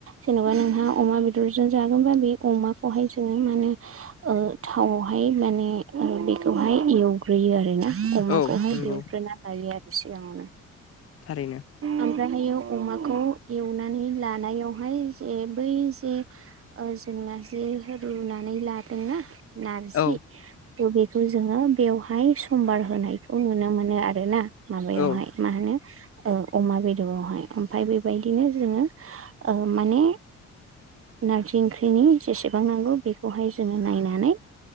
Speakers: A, on the right; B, on the left.
A: जेनेबा नोंहा अमा बेदरजों जागोनबा बे अमाखौहाय जोङो मा होनो थावआवहाय माने बेखौहाय एवग्रोयो आरोना अमाखौहाय
B: औ नंगौ
A: एवग्रोना लायो आरो सिगाङावनो
B: थारैनो
A: ओमफ्रायहायो अमाखौ एवनानै लानायावहाय जे बै जे जोंना जे रुनानै लादोंना नारजि
B: औ
A: थ' बेखौ जोङो बेयाव हाय समबार होनायखौ नुनो मोनो आरो ना माबायावहाय
B: औ
A: मा होनो औ अमा बेदरावहाय ओमफफ्राय बेबायदिनो जोङो ओ माने नारजि ओंख्रिनि जेसेबां नांगौ बेखौहाय जोङो नायनानै